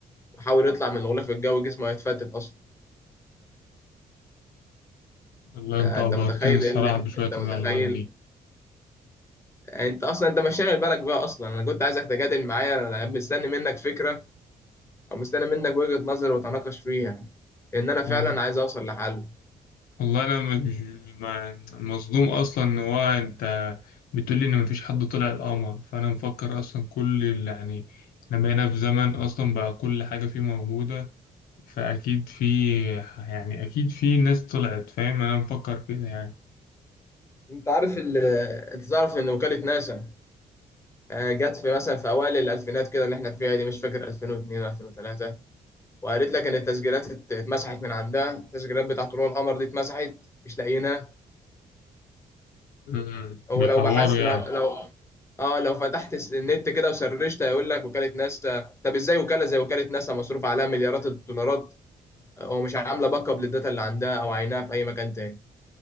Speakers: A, on the left; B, on the left.
A: وحاول يطلع من الغلاف الجوي جسمه هيتفتت أصلا
B: والله انت
A: آه،
B: عبرتني
A: انت متخيل
B: الصراحة
A: ايه اللي
B: بشوية
A: انت متخيل
B: المعلومات دي
A: انت اصلا انت مش شاغل بالك بيها اصلا انا كنت عايزك تجادل معايا انا مستني منك فكره او مستني منك وجهه نظر وتناقش فيها لان انا فعلا
B: وال-
A: عايز اوصل لحل
B: والله انا مش ما- مصدوم اصلا ان هو انت بتقولي ان مفيش حد طلع القمر فانا مفكر اصلا كل اللي يعني احنا بقينا في زمن اصلا بقى كل حاجة فيه موجودة فاكيد في يعني اكيد في ناس طلعت فاهم انا مفكر كده يعني
A: انت عارف ال... انت تعرف ان وكاله ناسا آه، جت في مثلا في اوائل الالفينات كده اللي احنا فيها دي مش فاكر 2002 2003 وقالت لك ان التسجيلات ات- اتمسحت من عندها التسجيلات بتاع طلوع القمر دي اتمسحت مش لاقيينها
B: امم
A: هو
B: بيحوروا
A: لو بحثت
B: يعني
A: لو لو اه لو فتحت الس- النت كده وسرشت هيقول لك وكالة ناسا طب ازاي وكالة زي وكالة ناسا مصروف عليها مليارات الدولارات ومش عاملة باك اب للداتا اللي عندها او عينها في اي مكان تاني